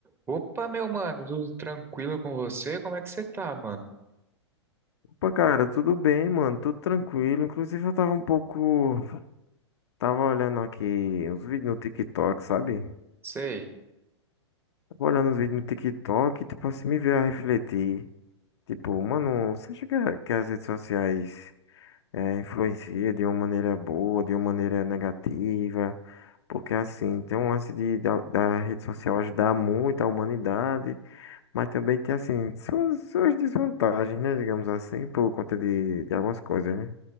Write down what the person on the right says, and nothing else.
Opa, meu mano, tudo tranquilo com você? Como é que você tá, mano?
Sei.